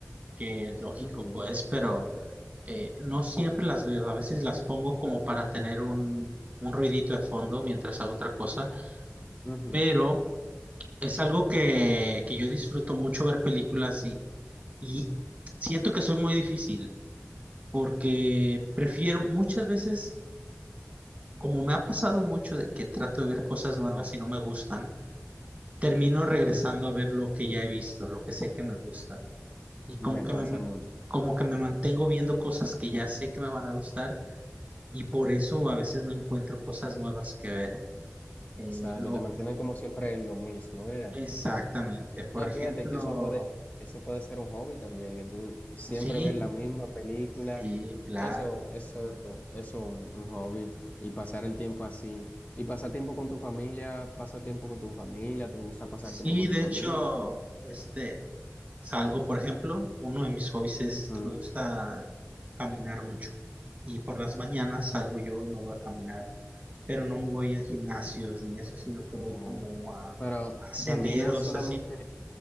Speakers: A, on the right; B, on the left.
A: que es lógico,
B: Ujú,
A: pues, pero... eh, no siempre las veo, a veces las pongo como para tener un, un ruidito de fondo mientras hago otra cosa,
B: ujú,
A: pero es algo que, que yo disfruto mucho ver películas y, y siento que soy muy difícil porque prefiero muchas veces, como me ha pasado mucho de que trato de ver cosas
B: ujú.
A: nuevas y no me gustan, termino regresando a ver lo que ya he visto, lo que sé que me gusta y
B: Me
A: como que
B: pasa
A: me,
B: mucho.
A: como que me mantengo viendo cosas que ya sé que me van a gustar Y por eso a veces no encuentro cosas nuevas que ver. Eh,
B: Exacto,
A: lo,
B: te mantiene como siempre en lo mismo, mira.
A: exactamente. Por
B: No,
A: ejemplo,
B: fíjate que eso puede, eso puede ser un hobby también, que tú siempre
A: sí,
B: ves la misma película.
A: sí, claro.
B: Eso, eso, es tu- eso es un, un hobby. Y pasar el tiempo así. Y pasar tiempo con tu familia, pasa tiempo con tu familia, ¿te gusta pasar
A: Sí,
B: tiempo con tu
A: de
B: familia?
A: hecho, este, salgo, por ejemplo, uno de mis hobbies es
B: Ujú.
A: que me gusta caminar mucho. Y por las mañanas salgo yo y me voy a caminar, pero no me voy a gimnasios ni eso, sino que
B: Ajá.
A: voy como a,
B: Pero
A: a senderos,
B: caminas solamente,
A: así.